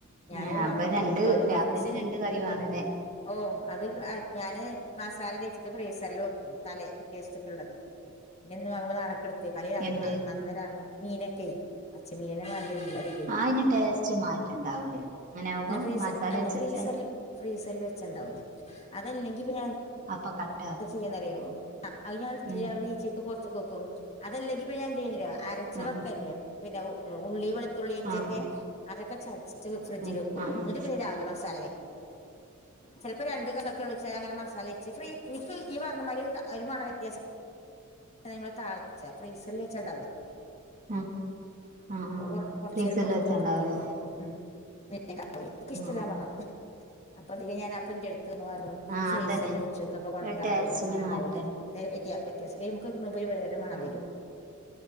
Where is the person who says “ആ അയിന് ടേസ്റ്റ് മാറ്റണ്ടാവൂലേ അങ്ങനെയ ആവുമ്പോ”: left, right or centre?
Right